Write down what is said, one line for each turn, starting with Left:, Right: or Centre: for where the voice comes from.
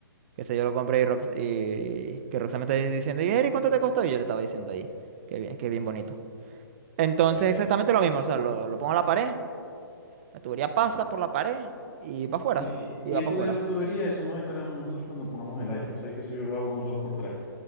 Right: Que sé yo lo compré y, Rox- y que Roxanne me está diciendo, ¿y Eri, cuánto te costó? Y yo le estaba diciendo ahí. Qué bien, qué bien bonito. Entonces,
Left: Eh,
Right: exactamente lo mismo. O sea, lo, lo pongo a la pared. La tubería pasa por la pared y va afuera.
Left: sí.
Right: Y
Left: Y
Right: va
Left: eso
Right: para afuera.
Left: de la tubería, eso nos encargamos nosotros cuando pongamos el aire. O sea, que eso yo lo hago en un dos por tres